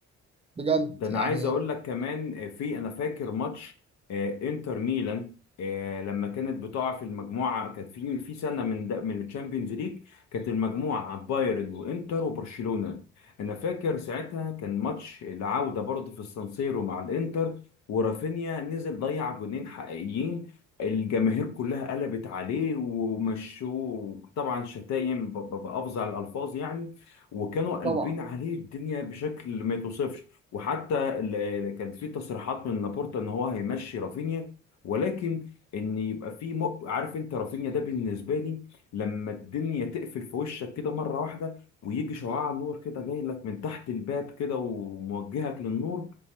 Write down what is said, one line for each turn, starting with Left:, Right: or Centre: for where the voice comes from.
Right: بجد
Left: ده انا
Right: يعني
Left: عايز اقول لك كمان آه، في انا فاكر ماتش آه، انتر ميلان آه، لما كانت بتقع في المجموعه كانت في في سنه من ده من الشامبيونز ليج كانت المجموعه بايرن وانتر وبرشلونه انا فاكر ساعتها كان ماتش العوده برضه في السانسيرو مع الانتر ورافينيا نزل ضيع جونين حقيقيين الجماهير كلها قلبت عليه ومشوه طبعا شتايم ب- ب- بافظع الالفاظ يعني وكانوا قلبين
Right: طبعا
Left: عليه الدنيا بشكل ما يتوصفش وحتى ال- كان في تصريحات من لابورتا ان هو هيمشي رافينيا ولكن ان يبقى في م... عارف انت رافينيا ده بالنسبه لي لما الدنيا تقفل في وشك كده مره واحده ويجي شعاع نور كده جاي لك من تحت الباب كده وموجهك للنور